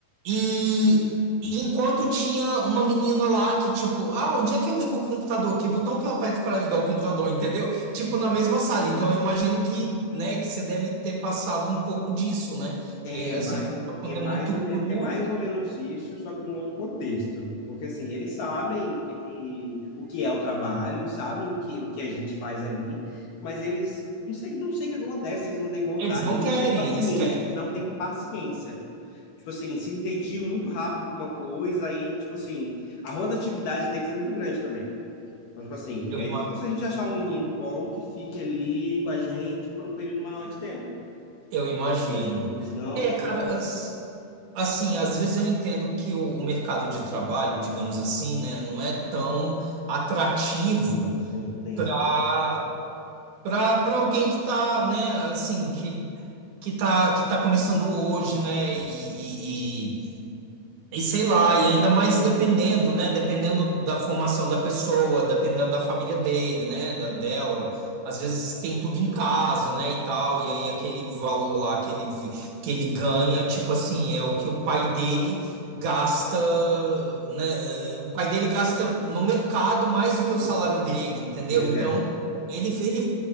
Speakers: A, on the right (about 80°); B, on the left (about 70°).
A: E, e enquanto tinha uma menina lá que tipo, ah, onde é que eu ligo o computador? Que botão que eu aperto para ligar o computador, entendeu? Tipo na mesma sala. Então eu imagino que, né, que você deve ter passado um pouco disso, né?
B: É
A: Porque assim,
B: mais,
A: quando
B: é mais
A: é muito
B: ou menos,
A: cru
B: é mais ou menos isso, só que num outro contexto. Porque assim, eles sabem o que, que- o que é o trabalho, sabem o que, o que a gente faz ali, mas eles não sei, não sei o que acontece, eles não têm vontade,
A: Eles não
B: eles
A: querem,
B: não têm paciência,
A: eles querem.
B: eles não têm paciência. Tipo assim, se entediam muito rápido com uma coisa, aí, tipo assim, a rotatividade deles é muito grande também. Então, tipo assim,
A: Eu, ima-
B: é difícil a gente achar um menino bom que fique ali com a gente por um período maior de tempo.
A: eu imagino.
B: Eles não,
A: É,
B: não,
A: cara, as- assim, às vezes eu entendo que o, o mercado de trabalho, digamos assim, né, não é tão atrativo
B: sim, tem
A: para
B: esse problema.
A: para para alguém que tá, né, assim, que que tá que tá começando hoje, né, e, E sei lá, e ainda mais dependendo, né? Dependendo da formação da pessoa, dependendo da família dele, né? Da dela. Às vezes tem tudo em casa, né? E tal. E aí aquele valor lá que ele, vi- que ele ganha, tipo assim, é o que o pai dele gasta, né? O pai dele gasta no mercado mais do que o
B: Sim.
A: salário dele, entendeu?
B: Pois
A: Então.
B: é,
A: Ele, ele,